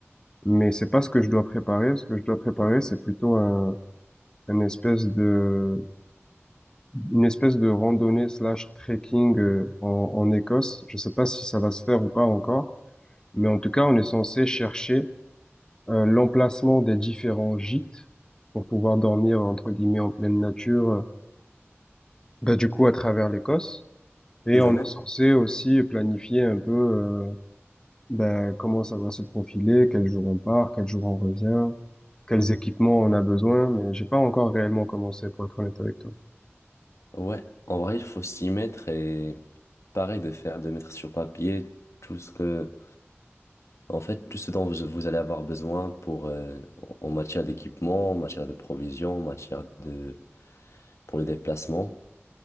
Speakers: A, on the left; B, on the left.
A: Mais c'est pas ce que je dois préparer. Ce que je dois préparer, c'est plutôt un, un espèce de une espèce de randonnée slash trekking euh, en, en Écosse. Je sais pas si ça va se faire ou pas encore, mais en tout cas, on est censé chercher euh, l'emplacement des différents gîtes pour pouvoir dormir, entre guillemets, en pleine nature, euh, bah, du coup, à travers l'Écosse. Et
B: D'accord.
A: on est censé aussi planifier un peu euh, ben, comment ça va se profiler, quel jour on part, quel jour on revient, quels équipements on a besoin, mais j'ai pas encore réellement commencé, pour être honnête avec toi.
B: Ouais, en vrai, il faut s'y mettre et pareil de faire, de mettre sur papier tout ce que En fait, tout ce dont vous, vous allez avoir besoin pour, euh, en matière d'équipement, en matière de provisions, en matière de, pour le déplacement,